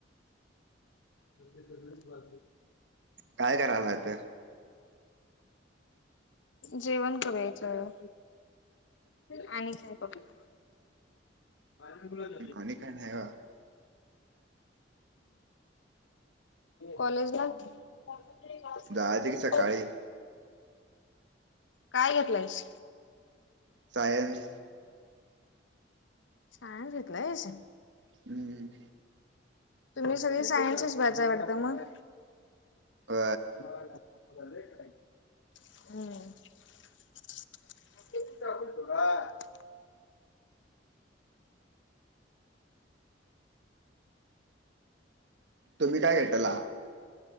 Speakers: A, on the left; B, on the right.
A: ते सगळेच वा
B: काय करायला आता
A: जेवण करायचं आणि काय की. मार कुळ.
B: आणि काय नाही बा
A: कॉलेज ना. त
B: जायचं की सकाळी
A: का. काय घेतलायस.
B: सायन्स
A: शायन घेतलंयस.
B: हम्म
A: तुम्ही सगळी सायन्सस भायवडतं मग
B: अ
A: हम् कतोरा
B: तुम्ही काय घेटला